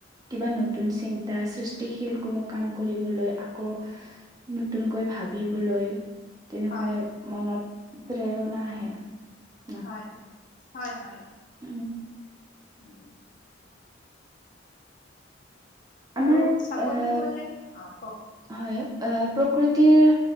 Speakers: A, on the right; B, on the left.
A: কিবা
B: উম
A: নতুন চিন্তা সৃষ্টি গতিশীল <unintelligible> কোনো কাম কৰিবলৈ, আকৌ নতুনকৈ ভাবিবলৈ <unintelligible> তেনেকৈ
B: হয়
A: মনত প্ৰেৰণা আহে। <unintelligible>
B: হয় <inaudible> হয়-হয়।
A: উম। <unintelligible>
B: উম। <inaudible>
A: আমাৰ
B: আৰু চাবলৈ
A: আহ
B: গ'লে <inaudible> অঁ! কওক?
A: হয়। আহ প্ৰকৃতিৰ